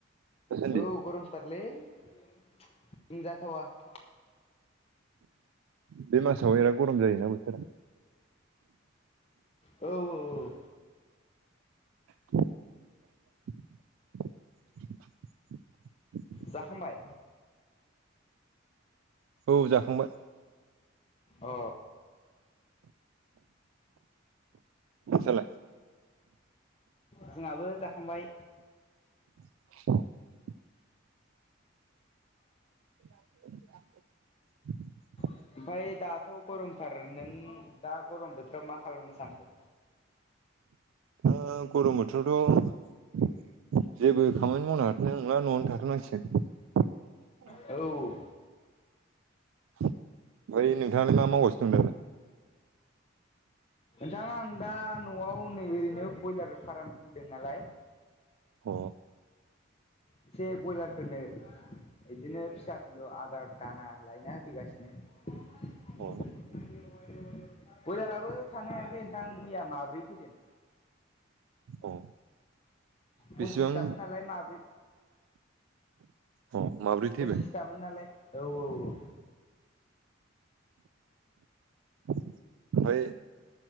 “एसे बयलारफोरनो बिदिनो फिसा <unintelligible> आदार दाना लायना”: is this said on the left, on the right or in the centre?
Left